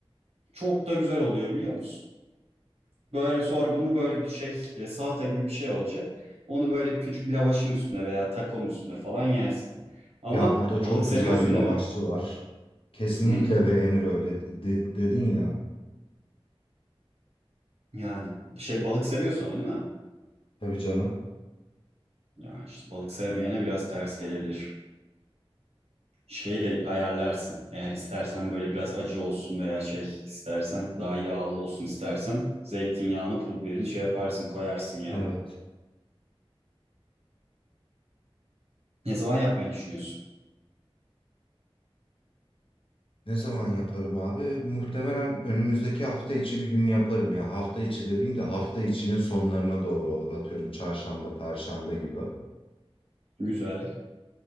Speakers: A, on the right; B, on the left.
A: Çok da güzel oluyor biliyor musun? Böyle sonra bunu böyle bir şey e, salata gibi bir şey olacak. Onu böyle küçük lavaşın üstüne veya takonun üstüne falan yersin. Ama
B: Ya burada
A: balık
B: çok
A: seviyorsun
B: güzel bir lavaşçı
A: değil mi?
B: var. Kesinlikle
A: Hmm.
B: beğenir öyle de- dedin ya.
A: Yani bir şey balık seviyorsun ama değil mi?
B: Tabii canım.
A: Yani işte balık sevmeyene biraz ters gelebilir. Şeyi de ayarlarsın. Eğer istersen böyle biraz acı olsun veya şey istersen daha yağlı olsun istersen zeytinyağını pul biberini şey yaparsın koyarsın yani.
B: Evet.
A: Ne zaman yapmayı düşünüyorsun?
B: Ne zaman yaparım abi? Muhtemelen önümüzdeki hafta içi bir gün yaparım ya. Hafta içi dediğim de hafta içinin sonlarına doğru olur. Atıyorum çarşamba, perşembe gibi.
A: Güzel.